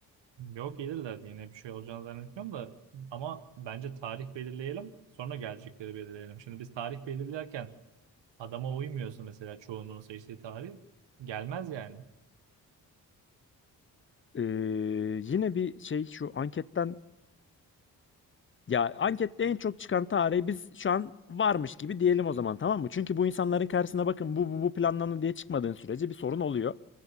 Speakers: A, on the right; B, on the left.
A: Yok gelirler diye yine bir şey olacağını zannetmiyorum da ama bence tarih belirleyelim sonra gelecekleri belirleyelim. Şimdi biz tarih belirlerken adama uymuyorsa mesela çoğunluğun seçtiği tarih gelmez yani.
B: Ee, yine bir şey şu anketten ya ankette en çok çıkan tarihi biz şu an varmış gibi diyelim o zaman tamam mı? Çünkü bu insanların karşısına bakın bu bu, bu planlandı diye çıkmadığın sürece bir sorun oluyor.